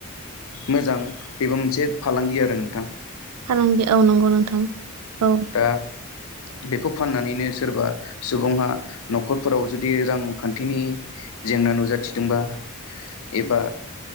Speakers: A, on the left; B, on the right.
A: मोजां बेबो मोनसे फालांगि आरो नोंथां।
B: फालांगि औ नंगौ नोंथां औ।
A: दा बेखौ फाननानैनो सोरबा सुबुङा नखरफोराव जुदि रांखान्थिनि जेंना नुजाथिदोंबा एबा